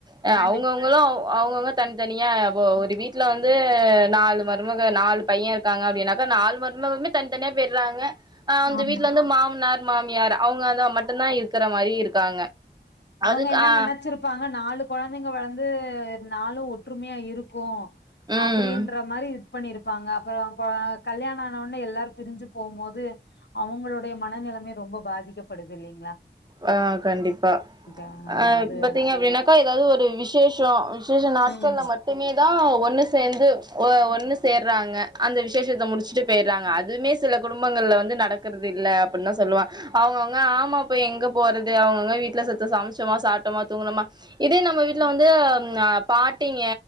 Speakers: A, on the right (about 25°); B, on the left (about 75°).
A: ஏ
B: கண்டிப்
A: அவுங் கவுங்களூ அவுங்கவுங்க தன்த்தனியா இப்போ ஒரு வீட்ல வந்து நாலு மருமக நால் பைய இருக்காங்க அப்டினாக்கா நால் மருமகமே தனித்தனியா போய்டுறாங்க ஆ அந்த
B: ஆமா
A: வீட்ல வந்து மாம்னார் மாமியார் அவுங்கா தா மட்டுந்தா இருக்குற மாரி இருக்காங்க
B: அவங்க
A: அதுக்கு
B: என்ன
A: ஆ
B: நெனச்சிருப்பாங்க நாலு கொழந்தைங்க வளந்து நாலு ஒற்றுமையா இருக்கு
A: ம்
B: அப்டின்ற மாரி இத் பண்ணிருப்பாங்க அப்ரோ கொ கல்யாண ஆனவொன்னே எல்லாரு பிரிஞ்சி போவ்மோது அவுங்களோடைய மன நிலமே ரொம்போ பாதிக்கப்படுது இல்லைங்களா
A: ஆ கண்டிப் பா
B: அ
A: ஆ
B: அது
A: இப்ப பாத்தீங்க அப்டின்னாக்கா ஏதாவுது ஒரு விசேஷோ விசேஷோ நாட்கள்ல
B: ம்
A: மட் மட்டுமே தா ஒண்ணு சேந்து ஒ ஒண்ணு சேர்றாங்க அந்த விசேஷத்த முடிச்சிட்டு போய்றாங்க அதுமே சில குடும்பங்கள்ல வந்து நடத் க்குறதில்ல அப்டின்தா சொல்லுவா அவுங்க அவுங்க ஆமா இப்ப எங்க போறது அவுங்க அவுங்க வீட்ல சத்த சமச்சோமா சாட்டோமா தூங்குனோமா இதே நம்ம வீட்ல வந்து ம் பாட்டிங்க